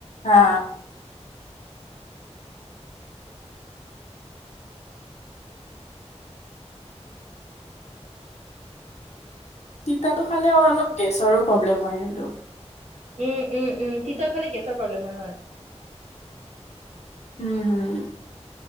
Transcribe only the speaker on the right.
উম', উম', উম'তিতা খালে গেছৰ প্ৰব্লেম হয়, হয়।